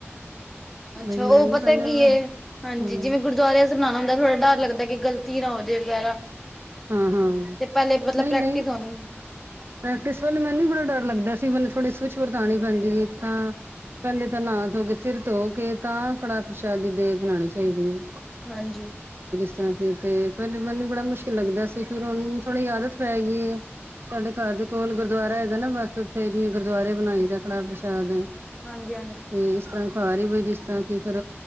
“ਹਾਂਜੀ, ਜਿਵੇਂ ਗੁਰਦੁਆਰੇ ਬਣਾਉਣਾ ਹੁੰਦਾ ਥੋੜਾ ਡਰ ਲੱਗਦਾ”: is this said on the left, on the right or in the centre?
Centre